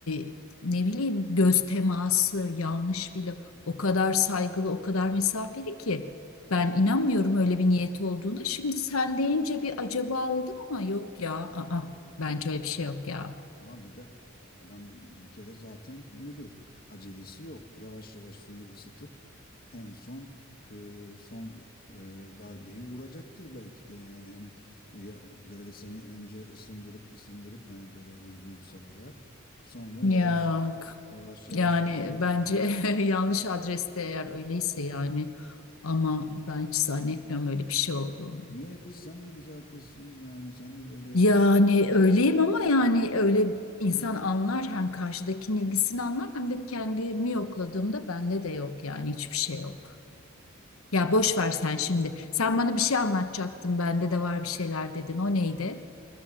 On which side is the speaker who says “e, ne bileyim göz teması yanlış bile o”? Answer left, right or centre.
Left